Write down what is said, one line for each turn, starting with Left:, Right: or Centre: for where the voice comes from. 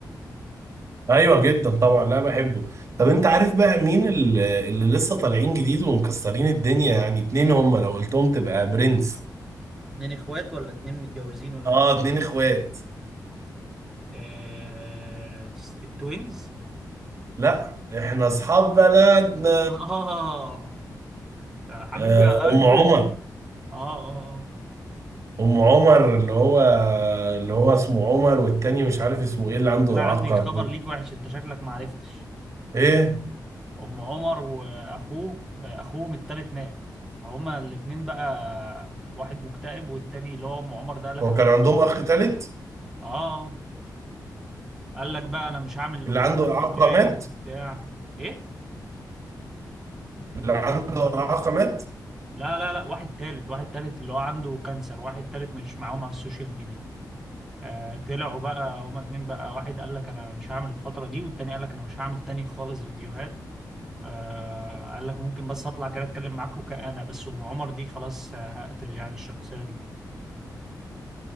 Right: ايوه جدا طبعا لا بحبه طب انت عارف بقى مين ال- اللي لسه طالعين جديد ومكسرين الدنيا يعني اتنين هم لو قلتهم تبقى برنس
Centre: اتنين اخوات ولا اتنين متجوزين ولا
Right: اه
Centre: اتنين
Right: اتنين اخوات
Centre: آه التوينز
Right: لا احنا اصحاب بلدنا
Centre: آه. آه حبيبي
Right: آه
Centre: يا قلبي
Right: ام عمر
Centre: آه, آه آه
Right: ام عمر اللي هو اللي هو اسمه عمر والتاني مش عارف اسمه ايه اللي عنده
Centre: أنا عندي
Right: اعاقه
Centre: خبر ليك وحش أنت شكلك ما عرفتش
Right: ايه
Centre: ام عمر واخوه آه، اخوهم التالت مات هما الاتنين بقى واحد مكتئب والتاني اللي هو ام عمر ده قال لك
Right: هو
Centre: انا
Right: كان
Centre: مش
Right: عندهم
Centre: هعمل
Right: اخ
Centre: دلوقتي
Right: تالت
Centre: تاني اه قال لك بقى انا مش هعمل الام
Right: اللي
Centre: عمر
Right: عنده إعاقة
Centre: دي تاني
Right: مات
Centre: وبتاع ايه
Right: اللي عنده إعاقة مات
Centre: لا لا لا واحد تالت واحد تالت اللي هو عنده كانسر واحد تالت مش معاهم على السوشيال ميديا آه طلعوا بقى هما اتنين بقى واحد قال لك انا مش هعمل الفترة دي والتاني قال لك انا مش هعمل تاني خالص فيديوهات آه قال لك ممكن بس اطلع كده اتكلم معاكم كأنا بس ام عمر دي خلاص آه، هقتل يعني الشخصية دي